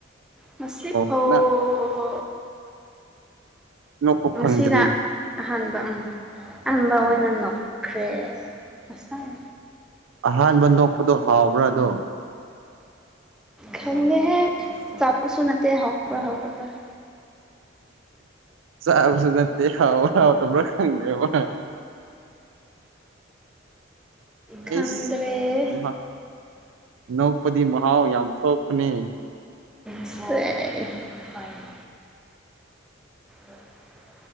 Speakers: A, in the centre; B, on the right.
A: ꯉꯁꯤꯐꯥꯎ
B: ꯑꯣ ꯅꯪ ꯅꯣꯛꯄ
A: ꯉꯁꯤꯅ
B: ꯐꯪꯗ꯭ꯔꯤ
A: ꯑꯍꯥꯟꯕ ꯎꯝ ꯑꯍꯥꯟꯕ ꯑꯣꯏꯅ ꯅꯣꯛꯈ꯭ꯔꯦ ꯉꯁꯥꯏ
B: ꯑꯍꯥꯟꯕ ꯅꯣꯛꯄꯗꯣ ꯍꯥꯎꯕ꯭ꯔꯥ ꯑꯗꯣ
A: ꯈꯪꯗꯦꯍꯦ ꯑꯆꯥꯄꫭꯠꯁꯨ ꯅꯠꯇꯦ ꯍꯥꯎꯕꯔꯥ ꯍꯥꯎꯇꯕꯔꯥ
B: ꯆꯥꯕꯁꯨ ꯅꯠꯇꯦ ꯍꯥꯎꯕꯔ ꯍꯥꯎꯇꯕꯔ ꯈꯪꯗꯔꯦꯕ
A: ꯈꯪꯗ꯭ꯔꯦ
B: ꯑꯩꯁ ꯌꯥꯝꯃ ꯅꯣꯛꯄꯗꯤ ꯃꯍꯥꯎ ꯌꯥꯝ ꯊꯣꯛꯄꯅꯦ
A: ꯆꯦꯁ <unintelligible> ꯎꯝ <unintelligible>